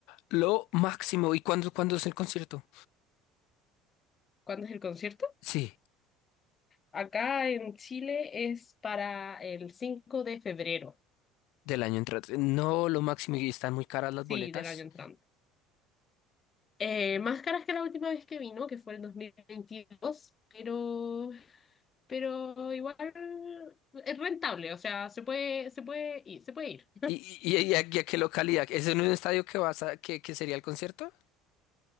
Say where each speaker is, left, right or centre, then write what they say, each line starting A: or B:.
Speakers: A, on the left; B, on the left.
A: Lo máximo, ¿y cuándo, cuándo es el concierto?
B: ¿Cuándo es el concierto?
A: Sí,
B: Acá en Chile es para el 5 de febrero,
A: del año entrante. No, lo máximo, y están muy caras las
B: sí,
A: boletas.
B: del año entrante. Eh, más caras que la última vez que vino, que fue el 2022, pero pero igual es rentable, o sea, se puede, se puede ir, se puede ir.
A: ¿Y, y, y a, y a qué localidad? ¿Es en un estadio que vas a, que, que sería el concierto?